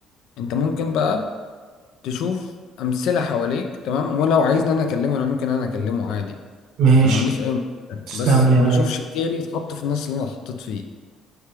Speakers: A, on the left; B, on the right.
A: انت ممكن بقى تشوف امثله حواليك تمام ولو عايزني انا اكلمه انا ممكن انا اكلمه عادي
B: ماشي
A: انا ما عنديش اي مشكله
B: تسلم
A: بس ما
B: لي يا غالي
A: اشوفش غيري يتحط في الناس اللي انا اتحطيت فيه